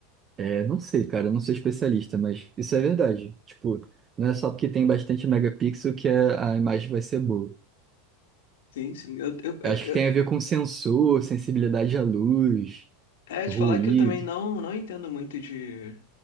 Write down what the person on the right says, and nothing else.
É, não sei, cara, eu não sou especialista, mas isso é verdade. Tipo, não é só porque tem bastante megapixel que a a imagem vai ser boa.
Eu acho
que tem a ver com sensor, sensibilidade à luz,
ruído.